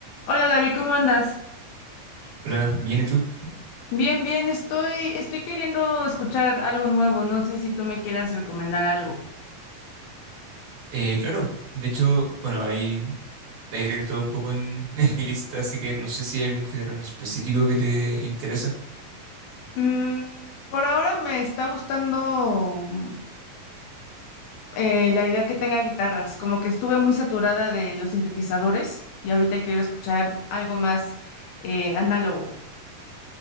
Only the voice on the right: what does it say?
Hola, bien, ¿y tú?
Eh, claro, de hecho, bueno, hay, hay de todo un poco en, <laughs> en mi lista, así que no sé si hay algún género en específico que te interesa.